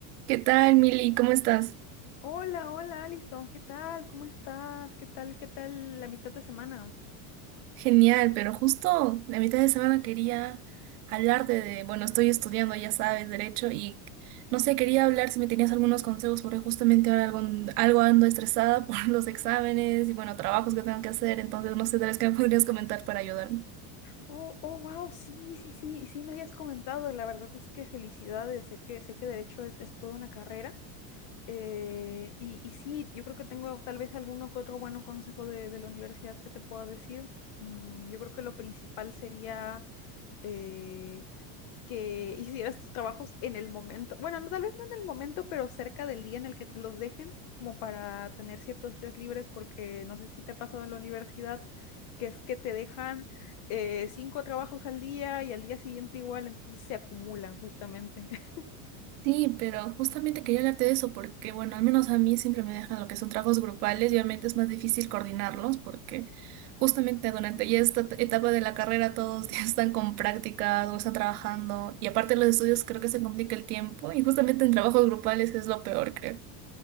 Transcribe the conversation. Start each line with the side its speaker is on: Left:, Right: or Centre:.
Right: ¿Qué tal, Mili? ¿Cómo estás?
Left: Hola, hola Alison, ¿qué tal? ¿Cómo estás? ¿Qué tal? ¿Qué tal la mitad de semana?
Right: Genial, pero justo la mitad de semana quería hablarte de, bueno, estoy estudiando, ya sabes, derecho y no sé, quería hablar si me tenías algunos consejos porque justamente ahora algo, algo ando estresada <laughs> por los exámenes y bueno, trabajos que tengo que hacer, entonces no sé, tal vez qué me podrías comentar para ayudarme.
Left: Oh, oh, wow, sí, sí, sí, sí me habías comentado. La verdad es que felicidades. Sé que, sé que derecho es, es toda una carrera. eh, y, y sí, yo creo que tengo tal vez alguno que otro bueno consejo de, de la universidad que te pueda decir. Mm, yo creo que lo principal sería eh, que hicieras tus trabajos en el momento. Bueno, no, tal vez no en el momento, pero cerca del día en el que te los dejen, como para tener ciertos días libres, porque no sé si te ha pasado en la universidad, que es que te dejan eh, cinco trabajos al día y al día siguiente igual, entonces se acumulan justamente. <laughs>
Right: Sí, pero justamente quería hablarte de eso porque, bueno, al menos a mí siempre me dejan lo que son trabajos grupales y obviamente es más difícil coordinarlos porque justamente durante ya esta et- etapa de la carrera todos <laughs> ya están con prácticas o están trabajando y aparte de los estudios creo que se complica el tiempo y justamente en trabajos grupales es lo peor, creo.